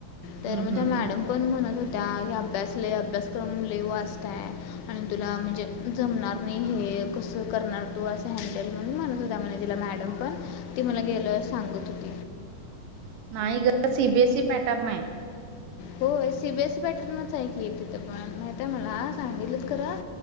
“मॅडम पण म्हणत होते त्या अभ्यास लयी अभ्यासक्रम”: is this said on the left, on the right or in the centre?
Left